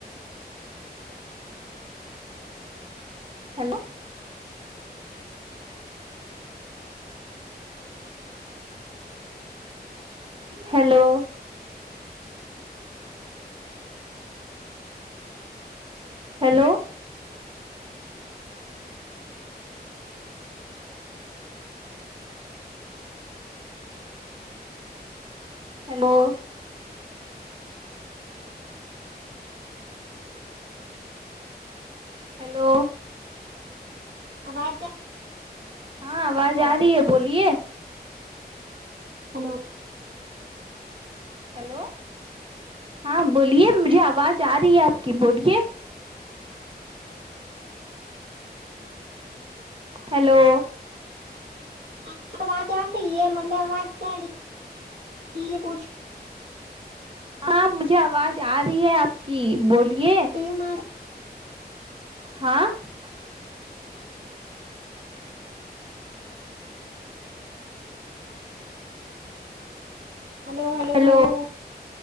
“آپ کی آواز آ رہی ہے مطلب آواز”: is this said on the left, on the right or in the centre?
Right